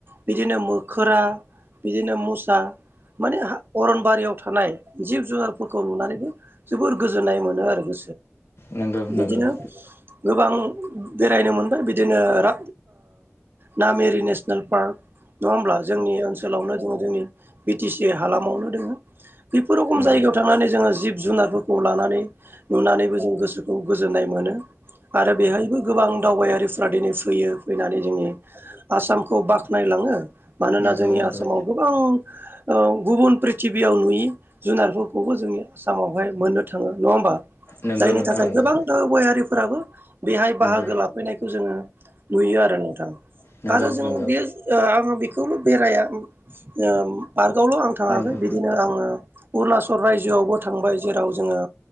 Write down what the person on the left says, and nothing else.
नङा होमब्ला
नोंथां जोंनि ओनसोलावनो
जों जोंनि जिखुनु
नंगौ
नंगौ
नंगौ
नोंथां
नंगौ
नंगौ
नोंगौ
नंगौ।
नंगौ